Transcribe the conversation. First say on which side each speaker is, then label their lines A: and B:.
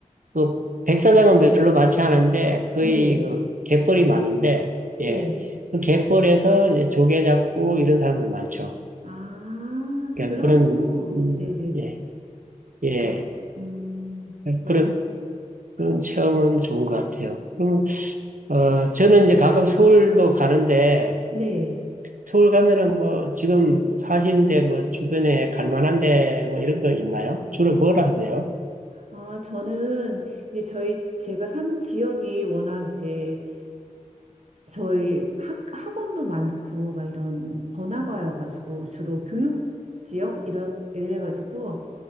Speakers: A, on the right (about 80°); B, on the right (about 55°).
A: 그 백사장은 별로 많지 않은데 거의
B: 네.
A: 그 갯벌이 많은데
B: 네.
A: 예. 그 갯벌에서 이제 조개 잡고 이런 사람들 많죠.
B: 아,
A: 그러니까
B: 그런
A: 그런
B: 거.
A: 음,
B: 네네네.
A: 예. 예.
B: 그럼, 음, 좋아요.
A: 그런 그런 체험은 좋은 것 같아요. 그러면 어 저는 이제 가끔 서울도 가는데
B: 네.
A: 서울 가면은 뭐 지금 사시는데 뭐 주변에 갈 만한 데뭐 이런 거 있나요? 주로 뭘 하세요?
B: 아, 저는 이제 저희, 제가 사는 지역이 워낙 이제 저희 학, 학원도 많고 막 이런 번화가여가지고 주로 교육 지역 이러, 이래가지고